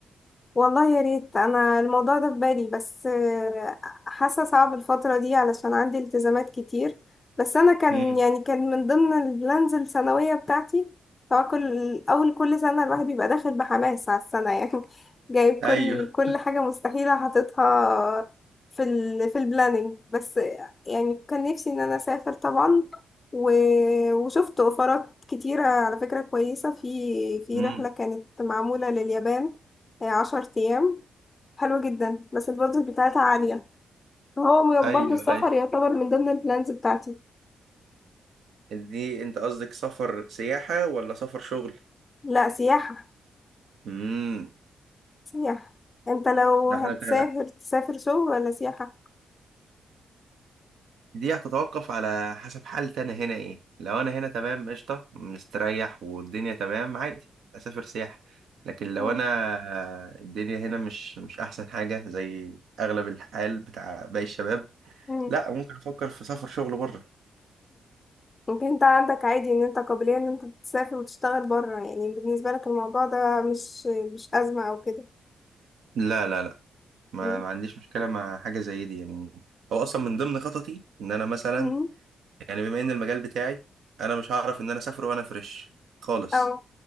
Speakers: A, on the left (about 30°); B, on the right (about 85°).
A: والله يا ريت انا الموضوع ده في بالي بس آه، حاسه صعب الفتره دي علشان عندي التزامات كتير بس انا كان
B: امم
A: يعني كان من ضمن البلانز السنويه بتاعتي طبعا كل اول كل سنه الواحد بيبقى داخل بحماس على السنه <laughs> يعني جايب
B: ايوه
A: كل كل حاجه مستحيله حاططها في ال في البلاننج بس يعني كان نفسي ان انا اسافر طبعا و... وشفت اوفرات كتيره على فكره كويسه في في
B: امم
A: رحله كانت معموله لليابان هي عشر أيام حلوة جدا بس البادجت بتاعتها عالية هو م-
B: ايوه
A: برضه السفر
B: ايوه
A: يعتبر من ضمن البلانز بتاعتي
B: دي انت قصدك سفر سياحة ولا سفر شغل؟
A: لا سياحة
B: امم
A: سياحة انت لو
B: لا
A: هتسافر
B: انا ت-
A: تسافر شغل ولا سياحة
B: دي هتتوقف على حسب حالتي انا هنا ايه لو انا هنا تمام قشطة مستريح والدنيا تمام عادي اسافر سياحة لكن لو
A: مم.
B: انا الدنيا هنا مش مش احسن حاجة زي اغلب الحال بتاع باقي الشباب
A: مم.
B: لا ممكن افكر في سفر شغل بره
A: ممكن انت عندك عادي ان انت قابلية ان انت تسافر وتشتغل بره يعني بالنسبة لك الموضوع ده مش مش أزمة او كده
B: لا لا لا ما,
A: مم.
B: ما عنديش مشكلة مع حاجة زي دي يعني هو اصلا من ضمن خططي ان انا مثلا
A: مم.
B: يعني بما ان المجال بتاعي انا مش هعرف ان انا اسافر وانا فريش خالص
A: او